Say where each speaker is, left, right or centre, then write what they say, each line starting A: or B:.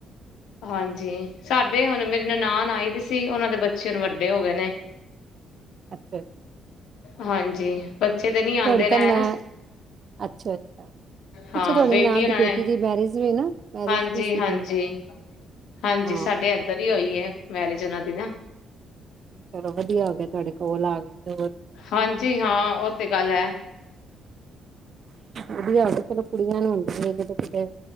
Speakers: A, on the left; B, on the right.
A: ਹਾਂਜੀ, ਸਾਡੇ ਹੁਣ ਮੇਰੀ ਨਨਾਣ ਆਈ ਵੀ ਸੀ, ਉਹਨਾਂ ਦੇ ਬੱਚੇ ਨੂੰ ਵੱਡੇ ਹੋ ਗਏ ਨੇ।
B: ਆ
A: ਹਾਂਜੀ। ਬੱਚੇ ਤੇ ਨੀ ਆਉਂਦੇ
B: ਤੁਹਾਡੇ
A: ਰਹਿਣ,
B: ਤਾਂ ਮੈਂ ਅੱਛਾ ਅੱਛਾ ਪਿੱਛੇ
A: ਹਾਂ
B: ਤੁਹਾਡੇ
A: ਬੇਟੀ
B: ਨਾਨ
A: ਉਹਨਾਂ
B: ਦੀ
A: ਨੇ,
B: ਦੀ ਮੈਰਿਜ ਵੀ ਨਾ ਮੈਰਿਜ
A: ਹਾਂਜੀ
B: ਵੀ ਸੀਗੀ
A: ਹਾਂਜੀ ਹਾਂਜੀ
B: ਹਾਂ
A: ਸਾਡੇ ਇਧਰ ਹੀ ਹੋਈ ਐ, ਮੈਰਿਜ ਉਹਨਾਂ ਦੀ ਨਾ।
B: ਚਲੋ ਵਧੀਆ ਆ ਗਿਆ, ਤੁਹਾਡੇ ਕੋਲ ਆ ਗਈ। ਹੋਰ
A: ਹਾਂਜੀ ਹਾਂ, ਉਹ ਤੇ ਗੱਲ ਐ।
B: ਵਧੀਆ, ਚਲੋ ਕੁੜੀਆਂ ਨੂੰ ਹੁੰਦੀਆਂ, ਜਦੋਂ ਕਿਤੇ